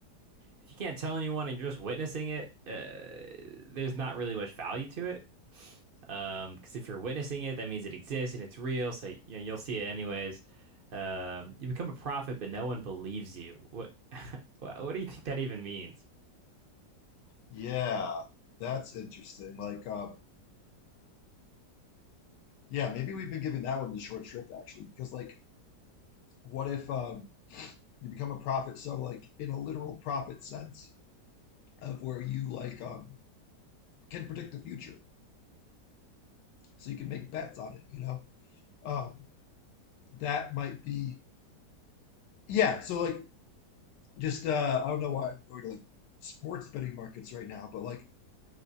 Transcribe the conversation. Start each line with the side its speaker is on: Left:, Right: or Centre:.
Right: if you can't tell anyone and you're just witnessing it, uh, there's not really much value to it. Um, because if you're witnessing it, that means it exists and it's real, so you know you'll see it anyways. Um, you become a prophet, but no one believes you. What, <laughs> what, do you think that even means?
Left: Yeah, that's interesting. Like, uh, yeah, maybe we've been giving that one the short shrift actually, because like, what if um, you become a prophet so like in a literal prophet sense of where you like um, can predict the future so you can make bets on it you know um, that might be yeah so like just uh, i don't know why i'm going to like sports betting markets right now but like